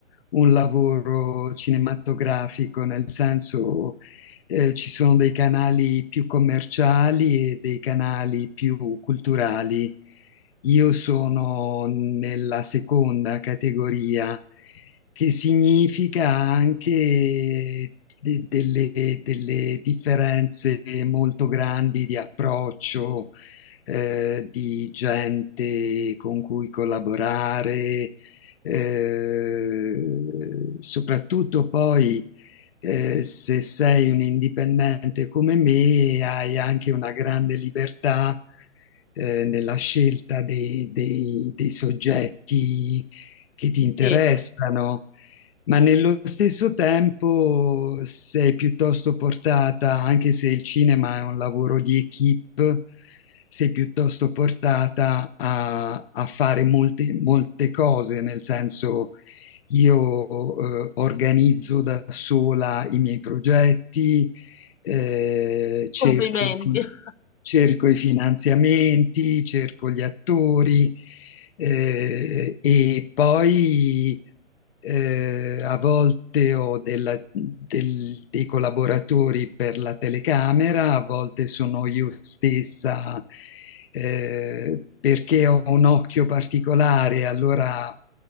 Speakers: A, on the left; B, on the left.
A: un lavoro cinematografico, nel senso eh, ci sono dei canali più commerciali e dei canali più culturali. Io sono nella seconda categoria, che significa anche de- delle, delle differenze molto grandi di approccio, eh, di gente con cui collaborare, eh, soprattutto poi eh, se sei un indipendente come me, hai anche una grande libertà eh, nella scelta dei, dei- dei soggetti che ti interessano
B: Sì,
A: ma nello stesso tempo sei piuttosto portata, anche se il cinema è un lavoro di equip, sei piuttosto portata a, a fare molte, molte cose, nel senso io eh, organizzo da sola i miei progetti, eh, cerco,
B: complimenti.
A: i fi-
B: <laughs>
A: cerco i finanziamenti, cerco gli attori eh, e poi eh, a volte ho della- del- dei collaboratori per la telecamera, a volte sono io stessa eh, perché ho un occhio particolare, allora